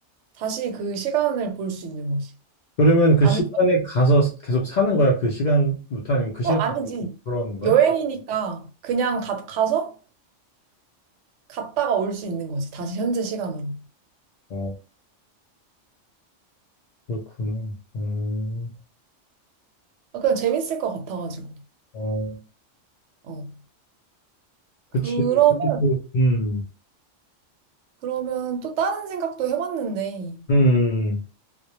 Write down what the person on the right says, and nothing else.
다시 그 시간을 볼 수 있는 거지.
아니,
어, 아니지.
여행이니까 그냥 가, 가서 갔다가 올 수 있는 거지. 다시 현재 시간으로.
아, 그냥 재밌을 것 같아가지고.
어.
그러면
그러면 또 다른 생각도 해봤는데